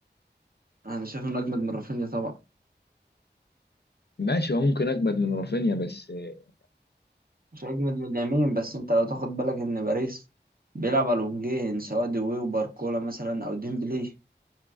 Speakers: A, on the right; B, on the left.
A: انا شايف انه اجمد من رافينيا طبعا
B: ماشي هو ممكن اجمد من رافينيا بس يعني
A: مش اجمد من اليمين بس انت لو تاخد بالك ان باريس بيلعب على الونجين سواء دوي وباركولا مثلا او ديمبلي